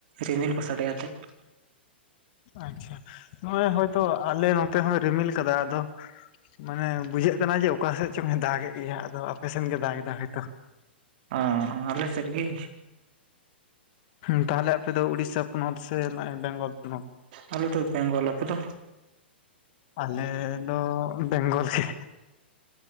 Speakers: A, on the right; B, on the left.
A: ᱨᱤᱢᱤᱞ ᱠᱚ ᱥᱟᱰᱮ ᱟᱛᱮᱫ ᱾
B: ᱟᱪᱪᱷᱟ, ᱱᱚᱜᱼᱚᱭ ᱦᱚᱳᱭᱛᱳ ᱟᱞᱮ ᱱᱚᱛᱮ ᱦᱚᱸᱭ ᱨᱤᱢᱤᱞ ᱠᱟᱫᱟ ᱟᱫᱚ ᱾ ᱢᱟᱱᱮ ᱵᱩᱡᱷᱟᱹᱜ ᱠᱟᱱᱟ ᱡᱮ ᱚᱠᱟᱥᱮᱫ ᱪᱚᱝ ᱫᱟᱜ ᱮ ᱜᱮᱭᱟ ᱟᱫᱚ ᱟᱯᱮᱥᱮᱫ ᱜᱮᱭ ᱫᱟᱜ ᱮᱫᱟ ᱦᱳᱭᱛᱚ ᱾
A: ᱚ ᱟᱞᱮ ᱥᱮᱫ ᱜᱮ,
B: ᱦᱸ ᱛᱟᱦᱚᱞᱮ ᱟᱯᱮ ᱫᱚ ᱩᱲᱤᱥᱟ ᱯᱚᱱᱚᱛ ᱥᱮ, ᱱᱚᱜᱼᱚᱭ ᱵᱮᱝᱜᱚᱞ ᱯᱚᱱᱚᱛ?
A: ᱟᱞᱮ ᱛᱚ ᱵᱮᱝᱜᱚᱞ ᱟᱯᱮ ᱫᱚ
B: ᱟᱞᱮ ᱫᱚ ᱵᱮᱝᱜᱚᱞ ᱜᱮ,